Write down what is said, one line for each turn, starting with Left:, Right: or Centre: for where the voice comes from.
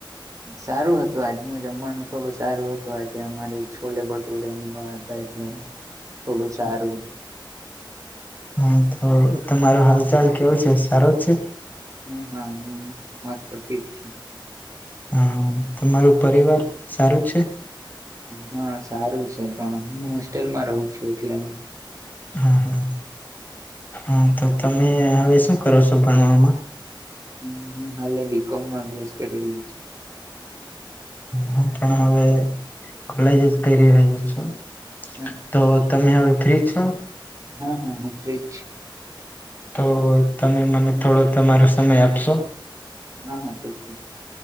Right: સારું હતું આજનું જમવાનું થોડું સારું હતું આજે અમારી છોલે બટુરેની વાત- એટલે થોડું સારું હતું.
Left: હા તો તમારો હાલચાલ કેવો છે સારો જ છે?
Right: હમ હા હ મસ્ત ફે છે.
Left: હા, તમારું પરિવાર સારું છે.
Right: હા સારું છે, પણ હું હોસ્ટેલમાં રહું છું એટલે
Left: હા હા હા તો તમે હવે શું કરો છો ભણવામાં
Right: હમ્મ હ હાલેલી બીકોમમાં અભ્યાસ કરીયુ છે.
Left: હું પણ હવે કોલેજ જ કરી રહહી છું.
Right: હમ્મ
Left: તો તમે હવે ફ્રી છો?
Right: હ હ હ ફ્રી જ છું.
Left: તો તમે મને થોડો તમારો સમય આપશો,
Right: હા હા <unintelligible>